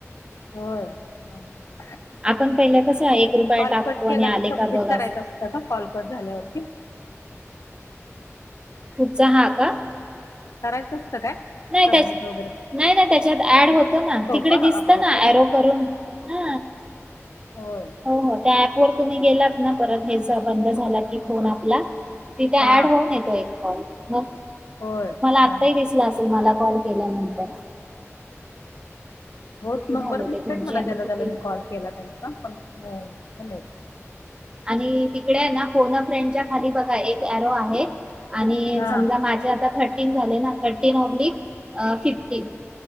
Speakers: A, on the left; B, on the right.
A: होय ह ह
B: आपण पहिला कसं एक रुपया
A: म कॉल
B: टाकतो
A: कट केला
B: आणि आले
A: की सबमिट
B: का बघ असं
A: करायचं असतं का कॉल कट झाल्यावरती
B: पुढचा हा का
A: करायचंस
B: नाही
A: तब्यत
B: त्या
A: वगैरे
B: नाही नाही त्याच्यात ऍड होतो ना तिकडे
A: का
B: दिसत
A: आपोआपच
B: ना अरो करून ह
A: होय
B: हो हो त्या ऍप व तुम्ही गेला त हे बंद झाला की फोन आपला तिथे
A: हा
B: ऍड होऊन येतो एक कॉल मग
A: होय हा
B: आत्ताही
A: हा
B: दिसला असेल तुम्हाला कॉल केल्यानंतर
A: होत
B: किती
A: नंबर
B: झालेले
A: दिसतेयत
B: तुमचे
A: मला
B: आणि
A: ज्याला
B: किती
A: ज्याला मी कॉल केला त्यांचा पण हॅलो
B: आणि तिकडे ना फोन अ फ्रेंडच्या खाली बघ एक अरो आहे आणि
A: हा
B: समजा माझ्या आता थरटिनं झाले ना थर्टीन ओब्लिक फिफ्टिन